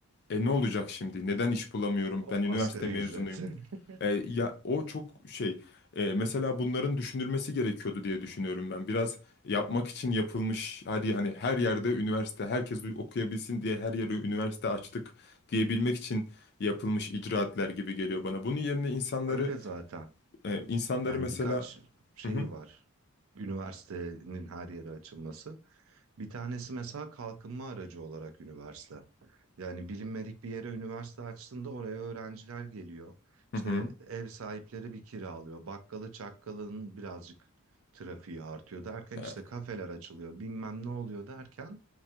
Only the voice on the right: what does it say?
Hop
asgari
ücret. <laughs>
Öyle zaten.
Yani
birkaç şeyi
var. Üniversitenin her yere açılması. Bir tanesi mesela kalkınma aracı olarak üniversite. Yani bilinmedik bir yere üniversite açtığında oraya öğrenciler geliyor. İşte
ev sahipleri bir kiralıyor. Bakkalı çakkalın birazcık trafiği artıyor derken
işte kafeler açılıyor. Bilmem ne oluyor derken